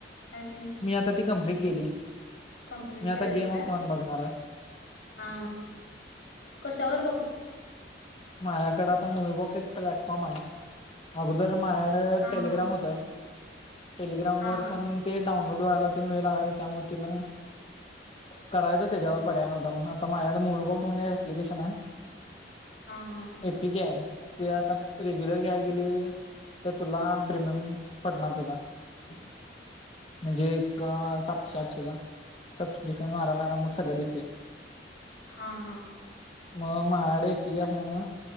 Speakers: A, on the left (about 80°); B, on the left (about 30°).
A: नाय मीन.
B: मी आता ती कंप्लीट केली
A: कम्प्लीट
B: मी आता
A: केलंयस
B: गेम ऑफनॉन
A: का?
B: बघणार आहे.
A: हा कशावर बघ
B: माझ्याकडे आता मूवी बॉक्स एक प्लॅटफॉर्म आहे अगोदर. माझकड
A: हा
B: टेलिग्राम
A: हा
B: होतं. टेलिग्राम
A: हा
B: वर
A: हा
B: पण ते डाउनलोड व्हायला तीन वेळ लागा त्यामुळे तिन. करायचं त्याच्यावर पर्याय नवता म्हणून आता माझ्याकड मुलबॉक्स म्हणून प्लिकेशन आहे.
A: हा हा
B: एपिक या ते आता रेग्युलर घय गेले तर तुला प्रिमियम पडणार तेचा.
A: अ <inaudible>
B: म्हणजे एक सातशे आठशेचा. सबस्क्रिप्शन मारयला लागणार मग सगळं दिसतेय.
A: हा हा.
B: मग मायाड. पीएसआय